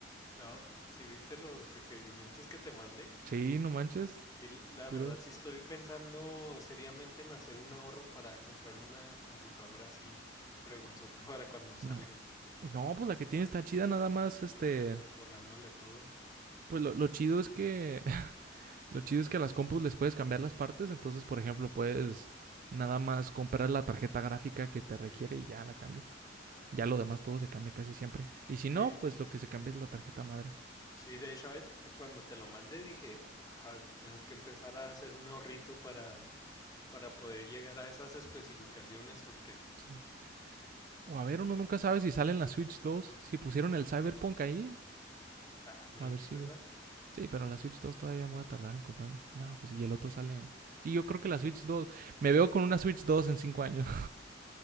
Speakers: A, on the left; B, on the right.
A: no, si viste los requerimientos que te mandé,
B: Sí, no manches,
A: sí, la la
B: pura.
A: verdad sí estoy pensando seriamente en hacer un ahorro para comprarme una computadora así fregonzota <laughs> para cuando salga,
B: No. No, pues la que tiene está chida, nada más, este...
A: borrándole todo.
B: Pues lo, lo chido es que Lo chido es que a las compus les puedes cambiar las partes, entonces, por ejemplo, puedes nada más comprar la tarjeta gráfica que te
A: Sí,
B: requiere y ya la cambias. Ya lo demás todo se cambia casi siempre. Y si no,
A: sí,
B: pues lo que se cambia es la tarjeta madre.
A: Sí, de hecho, eh, cuando te lo mandé dije, "Ah, tengo que empezar a hacer un ahorrito para, para poder llegar a esas especificaciones porque,
B: Sí. O a ver, uno nunca sabe si sale en la Switch 2, si pusieron el Cyberpunk ahí,
A: ah, maybe,
B: a ver si...
A: ¿verdad?
B: Sí, pero la Switch 2 todavía me voy a tardar en comprarla. No, pues y el otro sale en... Sí, yo creo que la Switch dos, Me veo con una Switch 2 en 5 años.